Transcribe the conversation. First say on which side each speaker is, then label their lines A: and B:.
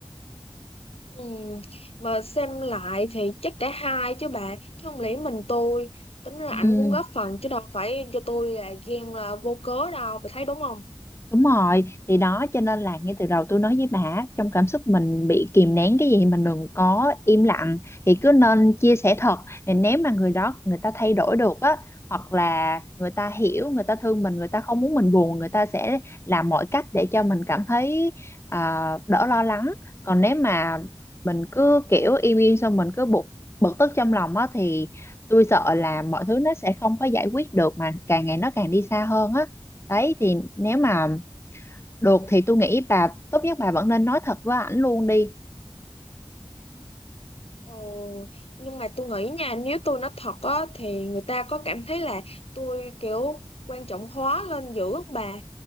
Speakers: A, on the left; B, on the left.
A: Ừm, mà xem lại thì chắc cả hai chứ bà chứ không lẽ mình tôi tính là
B: ừ
A: ảnh cũng góp phần chứ đâu phải cho tôi là ghen là vô cớ đâu bà thấy đúng không
B: Đúng rồi, thì đó cho nên là ngay từ đầu tôi nói với bà trong cảm xúc mình bị kìm nén cái gì mình đừng có im lặng thì cứ nên chia sẻ thật Thì nếu mà người đó người ta thay đổi được á hoặc là người ta hiểu người ta thương mình người ta không muốn mình buồn người ta sẽ làm mọi cách để cho mình cảm thấy à, đỡ lo lắng còn nếu mà mình cứ kiểu im im xong mình cứ bực bực tức trong lòng á thì tôi sợ là mọi thứ nó sẽ không có giải quyết được mà càng ngày nó càng đi xa hơn á đấy thì nếu mà được thì tôi nghĩ bà tốt nhất bà vẫn nên nói thật với ảnh luôn đi
A: Ồ, nhưng mà tôi nghĩ nha nếu tôi nói thật á thì người ta có cảm thấy là tôi kiểu quan trọng hóa lên dữ không bà